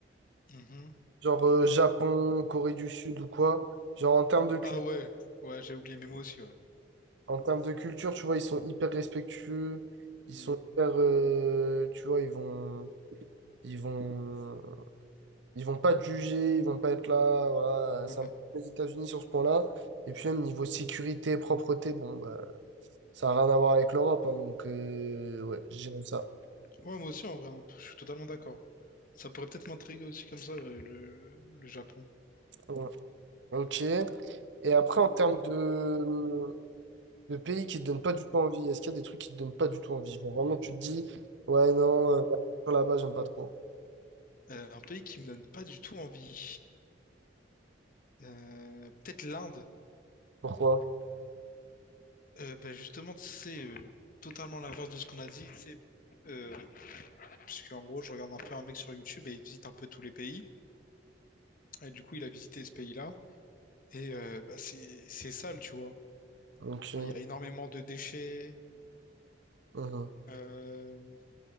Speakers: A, on the left; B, on the right.
A: Mhm.
B: genre euh, Japon, Corée du Sud ou quoi. Genre, en termes de cul-
A: Ah ouais, ouais, j'ai oublié, mais moi aussi, ouais.
B: en termes de culture, tu vois, ils sont hyper respectueux, ils
A: Mhm.
B: sont hyper, euh, tu vois, ils vont, ils vont, ils vont pas te juger, ils vont pas être là, voilà.
A: Ouais.
B: C'est un peu comme les États-Unis sur ce point-là. Et puis, même niveau sécurité, propreté, bon, bah, ça n'a rien à voir avec l'Europe, hein, donc, euh, ouais, je dirais ça.
A: Ouais, moi aussi, en vrai, hein, je suis totalement d'accord. Ça pourrait peut-être m'intriguer aussi comme ça, euh, le, le Japon.
B: Ouais. Ok. Et après, en termes de, de pays qui te donnent pas du tout envie? Est-ce qu'il y a des trucs qui te donnent pas du tout envie? Genre vraiment, tu te dis, ouais, non, euh, la culture là-bas, j'aime pas trop.
A: Euh, un pays qui me donne pas du tout envie. Euh, peut-être l'Inde.
B: Pourquoi?
A: Euh, ben justement, c'est euh, totalement l'inverse de ce qu'on a dit, tu sais, euh, parce qu'en gros, je regarde un peu un mec sur YouTube et il visite un peu tous les pays. Et du coup, il a visité ce pays-là. Et euh, bah, c'est c'est sale, tu vois.
B: Ok.
A: Enfin, il y a énormément de déchets.
B: mhm,
A: Euh,